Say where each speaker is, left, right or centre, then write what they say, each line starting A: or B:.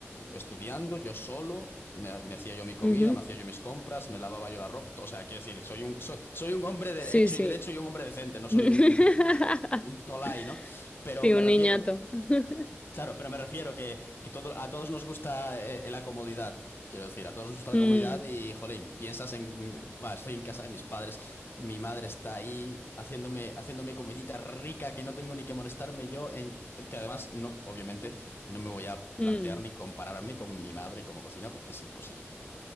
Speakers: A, on the left; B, on the left.
A: estudiando, yo solo, me, ha- me hacía yo mi comida,
B: ujú.
A: me hacía yo mis compras, me lavaba yo la ropa. O sea, quiero decir, soy un, soy, soy un hombre de
B: Sí,
A: hecho
B: sí.
A: y derecho y un hombre decente, no soy
B: <laughs>
A: un, un tolai, ¿no? Pero
B: Sí,
A: me
B: un
A: refiero.
B: niñato. <laughs>
A: Claro, pero me refiero que, que todo, a todos nos gusta eh, eh, la comodidad. Quiero decir, a todos nos gusta la
B: Mm,
A: comodidad y, jolín, piensas en, va, estoy en casa de mis padres, mi madre está ahí haciéndome, haciéndome comidita rica que no tengo ni que molestarme yo, en, que además, no, obviamente, no me voy a
B: mm,
A: plantear ni compararme con mi madre como cocina porque es imposible,